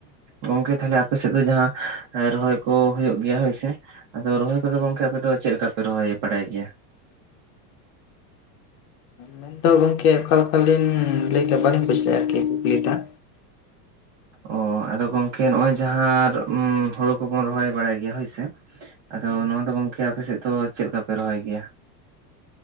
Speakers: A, on the right; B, on the left.
A: ᱜᱚᱝᱠᱮ ᱛᱟᱦᱚᱞᱮ ᱟᱯᱮ ᱥᱮᱫ ᱫᱚ ᱡᱟᱦᱟᱸ ᱮᱸ ᱨᱚᱦᱚᱭ ᱠᱚ ᱦᱚᱭᱩᱜ ᱜᱮᱭᱟ ᱦᱳᱭᱥᱮ? ᱟᱫᱚ ᱨᱚᱦᱚᱭ ᱠᱚᱫᱚ
B: ᱦᱳᱭ
A: ᱜᱚᱝᱠᱮ ᱟᱯᱮ ᱫᱚ ᱪᱮᱜ ᱞᱮᱠᱟᱯᱮ ᱨᱚᱦᱚᱭ ᱵᱟᱲᱟᱭ ᱜᱮᱭᱟ?
B: ᱢᱮᱱᱫᱚ ᱜᱚᱝᱠᱮ ᱚᱠᱟᱞᱮᱠᱟ ᱞᱤᱧ ᱞᱟᱹᱭ ᱠᱮᱜᱼ ᱵᱟᱹᱞᱤᱧ ᱵᱩᱡᱽ ᱞᱮᱜ-ᱟ ᱟᱨᱠᱤ ᱠᱩᱠᱞᱤ ᱴᱟᱜ᱾
A: ᱚ ᱟᱫᱚ ᱜᱚᱝᱠᱮ ᱱᱚᱜ-ᱚᱭ ᱡᱟᱦᱟᱸ ᱩ ᱦᱩᱲᱩ ᱠᱚᱵᱚᱱ ᱨᱚᱦᱚᱭ ᱵᱟᱲᱟᱭ ᱜᱮᱭᱟ ᱦᱳᱭᱥᱮ᱾ ᱟᱫᱚ
B: ᱦᱩᱸ
A: ᱱᱚᱣᱟ ᱫᱚ ᱜᱚᱝᱠᱮ ᱟᱯᱮᱥᱮᱜ ᱫᱚ ᱪᱮᱜ ᱞᱮᱠᱟᱯᱮ ᱨᱚᱦᱚᱭ ᱜᱮᱭᱟ?